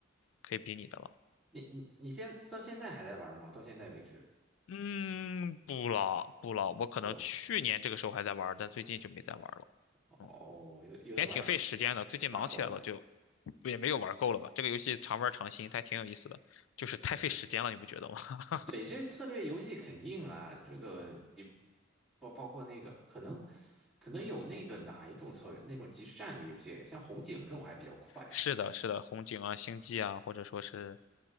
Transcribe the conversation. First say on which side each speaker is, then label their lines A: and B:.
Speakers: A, on the left; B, in the centre.
A: 可以比拟的了。
B: 你你你现到现在还在玩吗？到现在为止，
A: 嗯，不了不了，我可能去年这个时候还在玩儿，
B: 不了。
A: 但最近就没再玩儿了。
B: 哦，
A: 嗯，
B: 有有点玩
A: 也挺费时间的，最近忙起来了，
B: 玩够了。
A: 就也没有玩够了吧。这个游戏常玩儿常新，它还挺有意思的，就是太费时间了，你不觉得吗？<laughs>
B: 对，这策略游戏肯定啊，这个你包包括那个可能可能有那个哪一种策略，那种即时战略游戏，像红警这种还比较快，
A: 是的，是的，红警啊、星际啊，或者说是